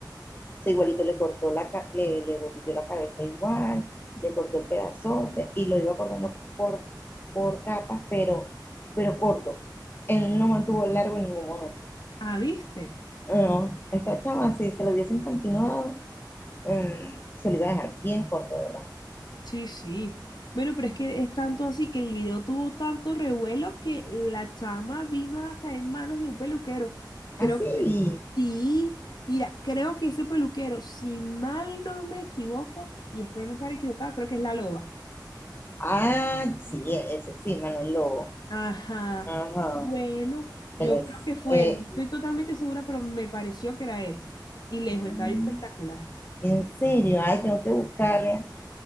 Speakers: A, on the left; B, on the left.
A: O sea, igualito le cortó la, ca- le, le volteó la cabeza igual, le cortó el pedazote y lo iba cortando por, por capas, pero, pero corto. Él no mantuvo largo en ningún momento.
B: Ah, ¿viste?
A: No, esta chama, si se lo hubiesen continuado, mm, se lo iba a dejar bien corto, de ¿verdad?
B: Sí, sí. Bueno, pero es que es tanto así que el video tuvo tanto revuelo que la chama vino a caer en manos de un peluquero. Creo
A: Así.
B: que sí. Mira, creo que ese peluquero, si mal no me equivoco, y espero no estar equivocado, creo que es la loba.
A: Ah, sí, ese sí, Manuel Lobo.
B: Ajá.
A: Ajá.
B: Bueno, yo
A: Él
B: creo
A: es,
B: que fue
A: eh,
B: él. No Estoy totalmente segura, pero me pareció que era él. Y le
A: mm,
B: dejó el cabello espectacular.
A: en serio, ay, tengo que buscarle.